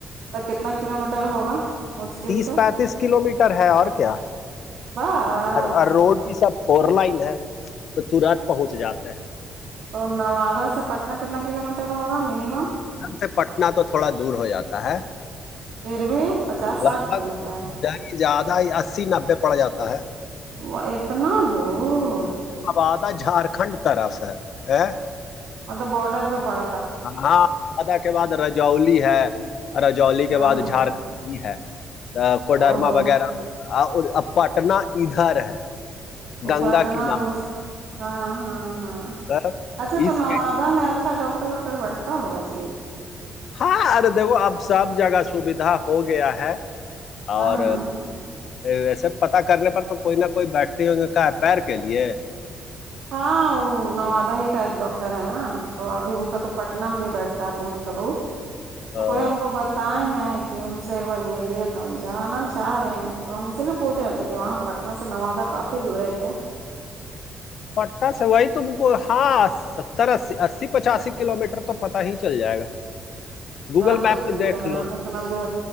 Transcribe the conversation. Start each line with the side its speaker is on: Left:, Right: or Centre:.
Right: تو کتنا کلو میٹر ہوگا مشکل
Left: تیس
Right: سے
Left: پینتیس کلو میٹر ہے اور کیا
Right: بس
Left: اور روڈ یہ سب فور لائن ہے تو تورت پہنچ جاتے ہیں
Right: تو نوادہ سے پٹنہ کتنا کلو میٹر ہوگا منیمم
Left: سے پٹن تو تھوڑا دور ہو جاتا ہے
Right: پھر بھی پچاس ساٹھ
Left: لگ
Right: کلو
Left: بھگ
Right: میٹر
Left: د زیادہ ہی اسی نبے پڑ جاتا ہے
Right: وہ اتنا دور
Left: آبادہ جھارکھنڈ طرف ہے
Right: م تو بڈر پڑے
Left: ہاںاںاد کے بعد رجولی ہے رجولی کے
Right: ہاں
Left: بعد
Right: ہاں
Left: جھارکھنڈ ہے تو کوڈرما
Right: او ہو
Left: وغیرہ پٹنا ادھر ہے
Right: ا
Left: گنگا
Right: پٹنا
Left: کنارے
Right: دو ہاں ہاں ہاں
Left: پر۔
Right: اچھا تو
Left: اس
Right: نو میں اچھا ڈاکر ووکٹر بیٹتا ہوا جی
Left: ہاں ارے دیکھو اب سب جگہ سوھا ہو گیا ہے
Right: ہاں
Left: اور ویسے پتا کرنے پر تو کوئی نہ کوئی بیٹھتے ہوں گے کہ پیر کے لیے
Right: ہاں وہ نوادہ ہی کا ایک ڈاکٹر ہے نا تو ابھی وہ کا تو پٹنم میں بھی بیٹھتا ہے بھ کابوت
Left: آ،
Right: تو کوئی ہم کو بات ہیں کہ ان سے ایک بار ملی ہے تو ہم جانا چاہ رہے ہیں تو ہم س پوچھ رہے تھے کہ وہاں پٹن سے نو تھا کافی دور ہے کیا
Left: پٹا سے وہی تم کو ہاس ستر اسی اسی پچاسی کلو میٹر تو پتتا ہی چل جائے گا گوگل
Right: سب تو
Left: میپ پہ
Right: دور
Left: دیکھ
Right: ہے
Left: لو
Right: ہم اتنا دور